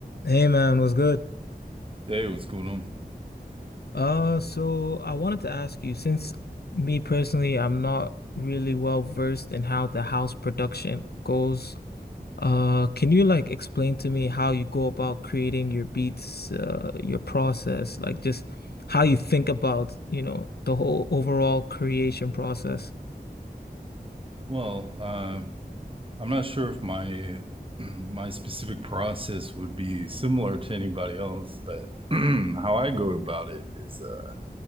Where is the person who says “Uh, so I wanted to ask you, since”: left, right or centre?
Left